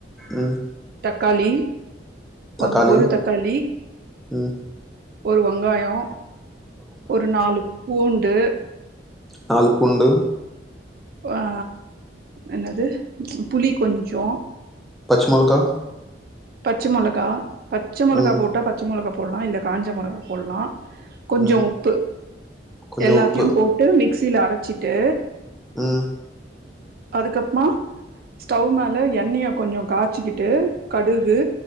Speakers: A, in the centre; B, on the right (about 55°).
A: ம்
B: தக்காளி
A: தக்காளி
B: வங் ஒரு தக்காளி
A: ம்
B: ஒரு வங்காயோ ஒரு நாலு பூண்டு
A: நாலு பூண்டு
B: அ என்னது புளி கொஞ்சோ
A: பச் மொளக்கா
B: பச்ச மொளகா பச்ச மொளகா
A: ம்
B: போட்டா பச்ச மொளகா போட்லா இல்ல காஞ்ச மொளகா போல்லா கொஞ்சோ
A: ம்
B: உப்பு
A: கொஞ்சோ
B: எல்லாத்தியு
A: உப்பு
B: போட்டு மிக்சியில அரச்சிட்டு
A: ம்
B: அதுக்கப்மா ஸ்டவ் மேல எண்ணிய கொஞ்சு காச்சிக்கிட்டு கடுகு